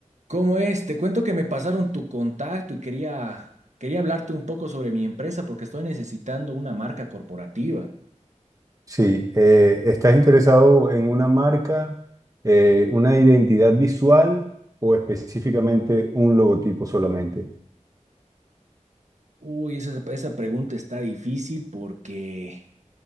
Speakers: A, on the right; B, on the right.
A: ¿Cómo es? Te cuento que me pasaron tu contacto y quería, quería hablarte un poco sobre mi empresa porque estoy necesitando una marca corporativa.
B: Sí, eh, ¿estás interesado en una marca, eh, una identidad visual o específicamente un logotipo solamente?
A: Uy, esa, esa pregunta está difícil porque